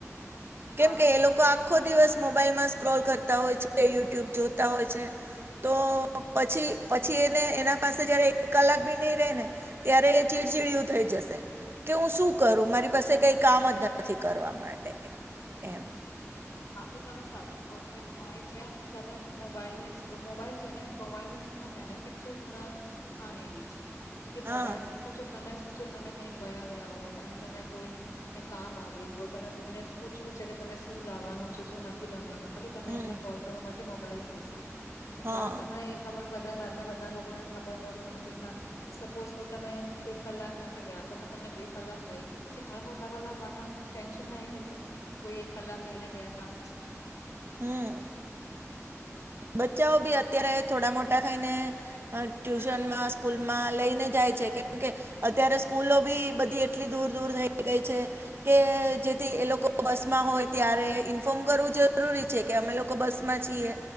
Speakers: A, on the right; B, on the left.
A: કેમ
B: હા
A: કે
B: તો તમે
A: એ લોકો આખો દિવસ મો બાઈલમાં સ્ક્રોલ કરતા હોય છે યુ ટ્યુબ જોતા હોય છે. તો, પછી પછી એને એના પાસે જયારે એક કલાક બી ની રે ને, ત્યારે એ ચીડચીડયું થઈ જશે, કે હું શું કરું, મારી પાસે કઈ કામ જ નથી કરવા માટે એમ.
B: હા તો તમે સાચું કહો તો એમ થાય છે, તમે જો મોબાઈલ ને મોબાઈલ છે ને મોબાઈલનું જેતના બેનિફિટ છે, ઉતના હાનિ બી છે. કે
A: હા
B: મોબાઈલ શું છે તમે જ શું છે તમે કઈક ગયા ગયા હો અને તમે કોઈને કામ આવડી ગ્યો, તમે કોઈને પૂછવું છે કે તમે શું લાવવાનું છે, શું નથી લાવવાનું પછી તમે
A: હમ
B: એમને કોલ કરવા માટે મો બાઇલ જોશે. અત્યારે
A: હા
B: તમને એ ખબર બધા ઘરમાં બધા લોકોને ખબર ન હોય કે તમે કેટના સપોઝ કો તમે એક કલાક માટે ગયા છો, અ તમને બે કલાક થઈ ગ્યું, પછી ઘર ઘરવાળા બધા ટેન્શનમાં આઇ જશે કો એક કલાક કહીને ગયા તા
A: હમ્મ. બચ્ચાઓ ભી અત્યારે થોડા મોટા થઈને ટ્યુશનમાં,
B: હલો
A: સ્કૂલમાં લઈને જાય છે કે કેમ કે અત્યારે સ્કૂલો બી બધી એટલી દૂર દૂર થઈ ગઈ છે કે જેથી એ લોકો બસમાં હોય ત્યારે ઈન્ફોર્મ કરવું જરૂરી છે કે અમે લોકો બસ માં છીએ.